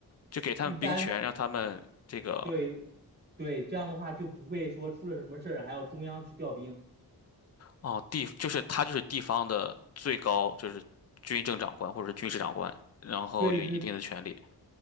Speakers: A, on the left; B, on the right.
A: 就给他们兵权，
B: 一般的
A: 让他们这个。
B: 对对，这样的话就不会说出了什么事儿还要中央去调兵。
A: 哦，地就是他就是地方的最高就是军政长官或者军事长官，然后有一定的权利。
B: 对对